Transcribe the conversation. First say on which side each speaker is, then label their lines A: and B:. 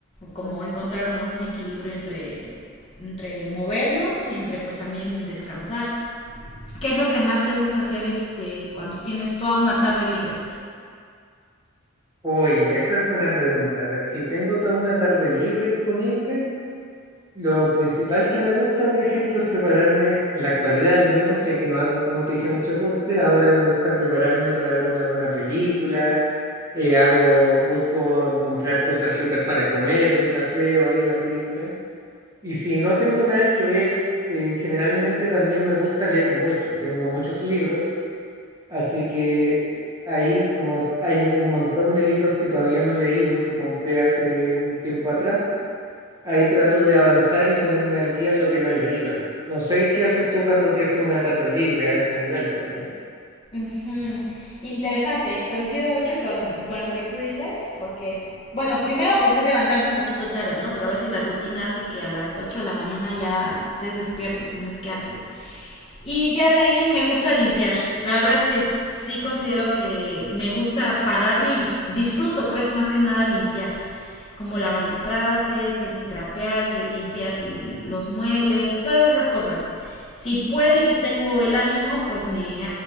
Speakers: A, on the left (about 30°); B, on the right (about 20°).
A: como encontrar, ¿no? Un equilibrio entre, entre movernos y entre pues también descansar. ¿Qué es lo que más te gusta hacer este, cuando tienes toda una tarde libre?
B: Uy, esa es buena pregunta. Ve, Si tengo toda una tarde libre disponible, lo principal que me gusta, por ejemplo, es prepararme, en la actualidad al menos, ya que no hago, como te dije, mucho deporte, ahora me gusta prepararme para ver una buena película, eh, hago, busco comprar cosas ricas para comer mientras veo ahí la película. Y si no tengo nada que ver, eh, generalmente también me gusta leer mucho, tengo muchos libros. Así que ahí como hay un montón de libros que todavía no he leído, que compré hace un tiempo atrás, ahí trato de avanzar y ponerme al día en lo que no he leído. No sé qué haces tú cuando tienes toda una tarde libre a ese nivel, por ejemplo.
A: Ujú. Interesante, coincido mucho con, con lo que tú dices, porque, bueno, primero pues es levantarse un poquito tarde, ¿no? Pero a veces la rutina hace que a las 8 de la mañana ya estés despierto, si no es que antes. Y ya de ahí me gusta limpiar. La verdad es que sí considero que me gusta pararme y dis- disfruto pues más que nada limpiar como lavar los trastes, que si trapear, que limpiar los muebles, todas esas cosas. Si puedo y si tengo el ánimo, pues me